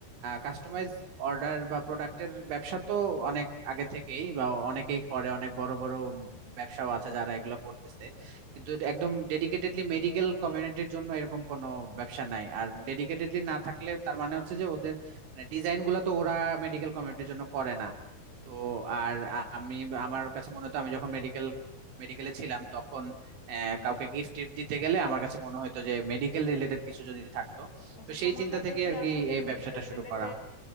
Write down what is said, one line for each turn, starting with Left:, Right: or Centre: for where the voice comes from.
Right: কাস্টমাইজ অর্ডার বা প্রোডাক্টের ব্যবসা তো অনেক আগে থেকেই বা অনেকেই করে অনেক বড় বড় ব্যবসাও আছে যারা এগুলো করতেছে কিন্তু একদম ডেডিকেটেডলি মেডিকেল কমিউনিটির জন্য এরকম কোনো ব্যবসা নাই আর ডেডিকেটেডলি না থাকলে তার মানে হচ্ছে যে ওদের মানে ডিজাইন গুলো তো ওরা মেডিকেল কমিউনিটির জন্য করে না তো আর আমি আমার কাছে মনে হতো আমি যখন মেডিকেল মেডিকেলে ছিলাম তখন আহ, কাউকে গিফট টিফট দিতে গেলে আমার কাছে মনে হতো যে মেডিকেল রিলেটেড কিছু যদি থাকতো
Left: আচ্ছা
Right: তো সেই
Left: তোমার
Right: চিন্তা
Left: কাছে
Right: থেকে
Left: কি
Right: আর
Left: আসলে
Right: কি এই
Left: মেডিকেল
Right: ব্যবসাটা শুরু
Left: রিলেটেড
Right: করা